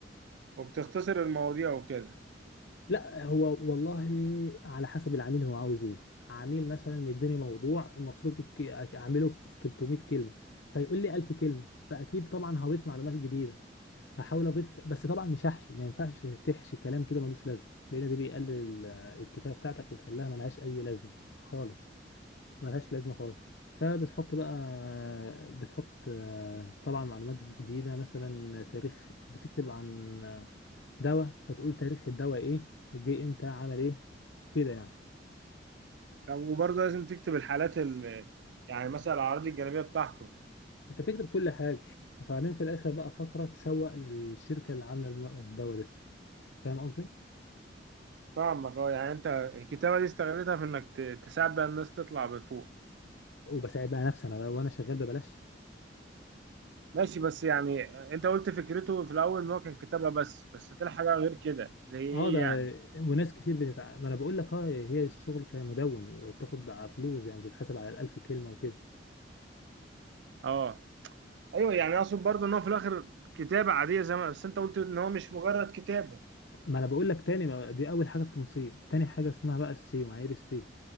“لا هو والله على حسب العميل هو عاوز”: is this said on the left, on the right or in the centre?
Left